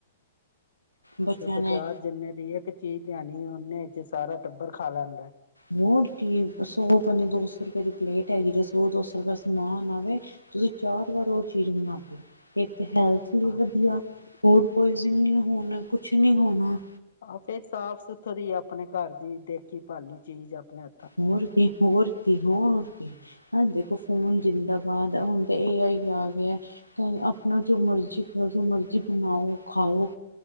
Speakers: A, on the left; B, on the left.
A: ਹਾਡੇ
B: ਬੱਚਿਆਂ
A: ਬਾਜ਼ਾਰ
B: ਨੇ
A: ਜੀਨੇ ਦੀ ਏਕ ਚੀਜ਼ ਲੇਆਣੀ ਹੈ ਓਨੇ ਚ ਸਾਰਾ ਟੱਬਰ ਖਾ ਲੈਂਦਾ ਐ।
B: ਹੋਰ ਕੀ, ਸੌ ਪਾ ਨੀ ਦੋਸੌ ਰੁਪਏ ਦੀ ਪਲੇਟ ਹੈਗੀ ਸੌ-ਦੋ ਸੋ ਦਾ ਸਮਾਨ ਆਵੇ ਤੁਸੀਂ ਚਾਰ ਵਾਰ ਓ ਚੀਜ਼ ਬਣਾਓ ਏਕ ਹੈਲਥ ਲੀ
A: ਹਾਂਜੀ
B: ਵਧੀਆ
A: ਹਾਂਜੀ।
B: ਹੋਰ ਕੁਜ ਨੀ ਹੋਣਾ ਕੁਛ ਨੀ ਹੋਣਾ।
A: ਆ ਫੇਰ ਸਾਫ-ਸੁਥਰੀ ਆਪਣੇ ਘਰ ਦੀ ਦੇਖੀ-ਭਾਲੀ ਚੀਜ਼ ਆਪਣੇ ਹਾ
B: ਹੋਰ ਕੀ ਹੋਰ ਕੀ ਹੋਰ ਕੇ। ਹਰ ਦੇਖੋ ਫੋਨ ਜੀਦਾਬਾਦ ਹੁਣ ਤੇ ਏ ਆਈ ਆ ਗੇਆ ਚੈ ਆਪਣਾ ਜੋ ਮਰਜ਼ੀ ਕਰੋ ਜੋ ਮਰਜ਼ੀ ਬਣਾਓ ਖਾਓ